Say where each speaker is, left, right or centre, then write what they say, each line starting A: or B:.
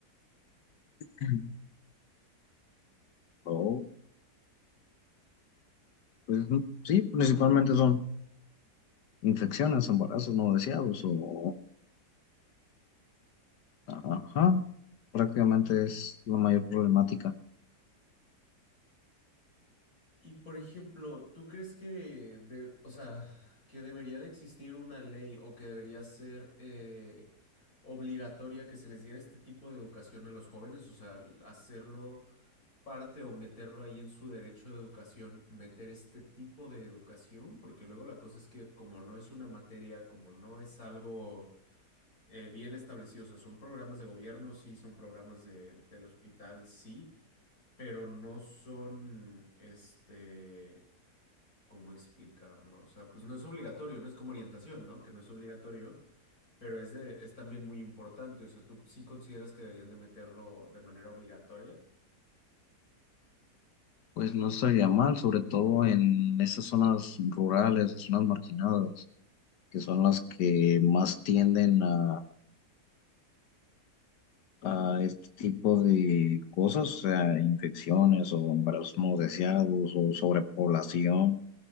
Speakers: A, on the left (about 80°); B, on the left (about 60°).
A: Mm. O, pues sí, principalmente son. infecciones, embarazos no deseados o, ajá, prácticamente es la mayor problemática.
B: Y por ejemplo, ¿tú crees que, de, o sea, que debería de existir una ley o que debería ser eh, obligatoria que se les diera este tipo de educación a los jóvenes? O sea, hacerlo parte o meterlo ahí en su derecho de educación, meter este tipo de educación, porque luego la cosa es que como no es una materia, como no es algo eh, bien establecido, o sea, son programas de gobierno, sí, son programas de, del hospital, sí, pero no son, este ¿Cómo explicarlo? O sea, pues no es obligatorio, no es como orientación, ¿no? Que no es obligatorio, pero es de, es también muy importante. O sea, tú sí consideras que deberían de meterlo de manera obligatoria,
A: Pues no estaría mal, sobre todo en esas zonas rurales, zonas marginadas, que son las que más tienden a, a este tipo de cosas, o sea, infecciones o embarazos no deseados o sobrepoblación,